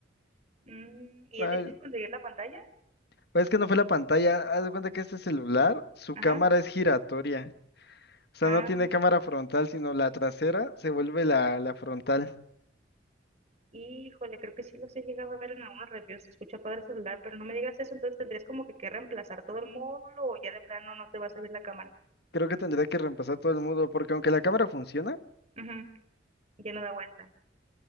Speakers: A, on the right (about 35°); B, on the left (about 60°).
A: Mm, ¿y
B: Ay,
A: es difícil conseguir la pantalla?
B: Pues es que no fue la pantalla, haz de cuenta que este celular, su
A: Ajá.
B: cámara es giratoria. O sea,
A: Ah,
B: no tiene cámara frontal, sino la trasera se vuelve la, la frontal.
A: híjole, creo que sí los he llegado a ver en algunos reviews, se escucha padre el celular, pero no me digas eso, entonces tendrías como que, que reemplazar todo el módulo o ya de plano no te va a servir la cámara.
B: Creo que tendría que reemplazar todo el mundo, porque aunque la cámara funciona,
A: Ujú, Ya no da vuelta.